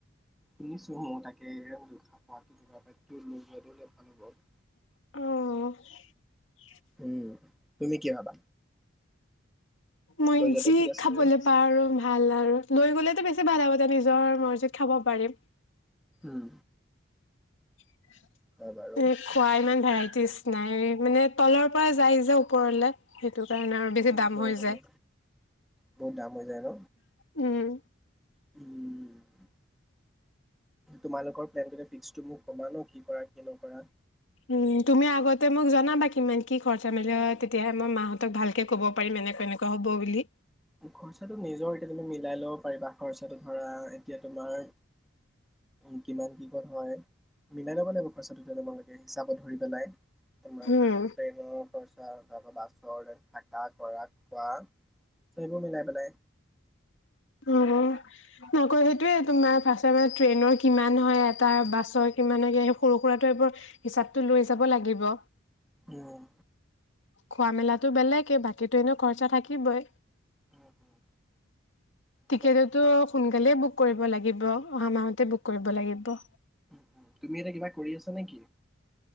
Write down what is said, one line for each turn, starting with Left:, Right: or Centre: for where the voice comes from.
Centre: শুনিছো ম তাকে খা পটো যোগাৰ লৈ যোৱালে ভাল হ'ব।
Left: অ'
Centre: উম, তুমি কি ভাবা?
Left: মই
Centre: লৈ যোৱাটো
Left: যি
Centre: ঠিক আছে
Left: খাবলৈ
Centre: নে?
Left: পাওঁ আৰু? ভাল আৰু, লৈ গ'লেতো বেছি ভাল হ'ব। তাত নিজৰ মৰ্জিত খাব পাৰিম।
Centre: উম
Left: <unintelligible>
Centre: হয় বাৰু।
Left: ভেৰাইটিজ নাই মানে তলৰ পৰা যায় যে ওপৰলে সেইটো কাৰণে আৰু বেছি
Centre: উম,
Left: দাম
Centre: হয়,
Left: হৈ
Centre: হয়।
Left: যায়।
Centre: বহুত দাম। হৈ যায় ন?
Left: উম
Centre: উম তোমালোকৰ প্লেনটোতে ফিক্সটো মোক কবা ন। কি কৰা কি নকৰা।
Left: উম তুমি আগতে মোক জনাবা, কিমান কি খৰচা মেলি তেতিয়াহে মই মাহঁতক ভালকে ক'ব পাৰিম এনেকুৱা এনেকুৱা হব বুলি।
Centre: খৰচাটো নিজৰ এতিয়া তুমি মিলাই লব খৰচাতো নিজৰ, এতিয়া তুমি মিলায় ল'ব পাৰিবা। খৰচাটো ধৰা এতিয়া তোমাৰ কিমান কি কত হয় মিলাই লব লাগিব খৰচাটো কেনেকুৱা হয়।
Left: উম
Centre: হিচাপত ধৰি পেলাই তোমাৰ ট্ৰেইনৰ খৰচা, বাছ <unintelligible> থকা কৰা খোৱা সেইবোৰ মিলাই পেলাই।
Left: অ নকৌ সেইটোয়ে তোমাৰ পা মানে ট্ৰেইনৰ কিমান হয় এটা বাছৰ কিমান হয় সেই সৰু সুৰাটো এইবোৰ হিচাপটো লৈ যাব লাগিব।
Centre: উম।
Left: খোৱা মেলা। টো বেলেকে বাকীটো এনেও খৰচা থাকিবই।
Centre: উম, উম, হয়
Left: ঠিকেতেতো
Centre: বাৰু
Left: শুন বেলেগ বুক কৰিব লাগিব, অহা মাহতে বুক কৰিব লাগিব।
Centre: উম, উম, তুমি এতিয়া কিবা কৰি আছা নেকি?